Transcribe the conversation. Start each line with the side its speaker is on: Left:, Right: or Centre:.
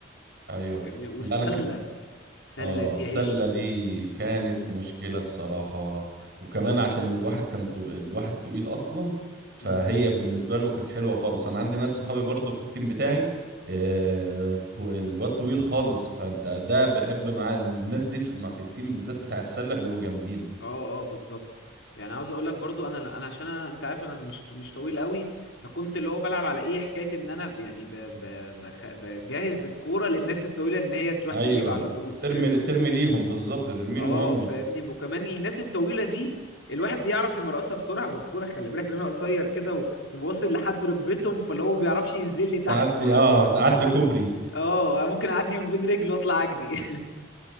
Right: ايوه
Left: فاهمني والسلة
Right: لا انا كان
Left: السلة
Right: اه
Left: دي
Right: السله
Left: عيش
Right: دي كانت مشكله الصراحه وكمان عشان الواحد كان طو... الواحد طويل اصلا فهي
Left: مم.
Right: بالنسبه له كانت حلوه خالص انا عندي ناس صحابي برضو في التيم بتاعي آه... طو- الواد طويل خالص فانت ده بحب مع الناس دي في... مع- في التيم بالذات بتاع السله بيبقوا جامدين
Left: اه اه بالظبط يعني عاوز اقول لك برضو انا انا عشان أنا انت عارف انا مش مش طويل قوي فكنت اللي هو بلعب على ايه حكاية ان انا يعني ب... ب... بخ... بجهز الكورة للناس الطويلة ان هي تروح
Right: ايوه
Left: تجيب على طول
Right: ترمي
Left: فاهمني.
Right: ترمي ليهم بالظبط ترمي
Left: اه
Right: لهم هم
Left: فاهمني وكمان الناس الطويله دي الواحد بيعرف يمرقصها بسرعه بالكوره خلي بالك لان انا قصير كده وواصل لحد ركبتهم فاللي هو ما بيعرفش ينزل لي تحت
Right: تعدي
Left: فرا
Right: اه تعدي كوبري
Left: اه ممكن اعدي من بين رجله واطلع اجري